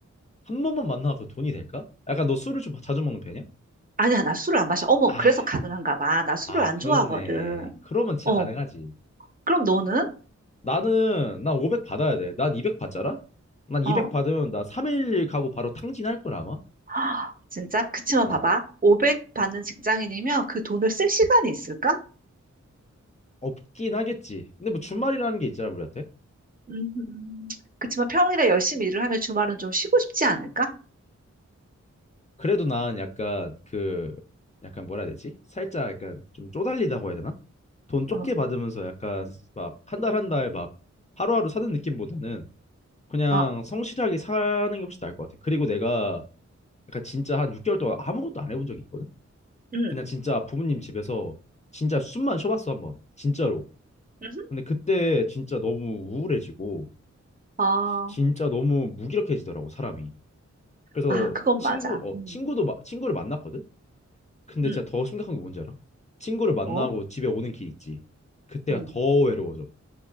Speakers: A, on the left; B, on the right.
A: 한 번만 만나서 그 돈이 될까? 약간 너 술을 좀 자주 먹는 편이야?
B: 아니야, 나 술을 안 마셔. 어머,
A: 아,
B: 그래서 가능한가 봐. 나 술을
A: 아,
B: 안
A: 그렇네.
B: 좋아하거든.
A: 그러면 진짜
B: 어,
A: 가능하지.
B: 그럼 너는?
A: 나는 나 500 받아야 돼. 난 200 받잖아? 난 200
B: 어,
A: 받으면 나 3일 가고 바로 탕진할 걸 아마.
B: <gasps> 하, 진짜? 그치만
A: 어.
B: 봐봐. 500 받는 직장인이면 그 돈을 쓸 시간이 있을까?
A: 없긴 하겠지. 근데 뭐 주말이라는 게 있잖아, 우리한테.
B: 음, 그치만 평일에 열심히 일을 하면 주말은 좀 쉬고 싶지 않을까?
A: 그래도 난 약간 그 약간 뭐라 해야 되지? 살짝 약간 좀 쪼달리다고 해야 되나? 돈 적게
B: 응,
A: 받으면서 약간 막 한 달 한 달 막 하루하루 사는 느낌보다는 그냥
B: 어,
A: 성실하게 사는 게 훨씬 나을 것 같아. 그리고 내가 약간 진짜 한 6개월 동안 아무것도 안 해본 적이 있거든?
B: 응,
A: 그냥 진짜 부모님 집에서 진짜 숨만 쉬어봤어 한 번. 진짜로.
B: 음, 음.
A: 근데 그때 진짜 너무 우울해지고
B: 아,
A: 시- 진짜 너무 무기력해지더라고 사람이. 그래서
B: 아, 그건
A: 친구
B: 맞아.
A: 어
B: 음,
A: 친구도 마, 친구를 만났거든. 근데
B: 음.
A: 진짜 더 심각한 게 뭔지 알아? 친구를 만나고
B: 뭐.
A: 집에 오는 길 있지. 그때가
B: 응
A: 더 외로워져.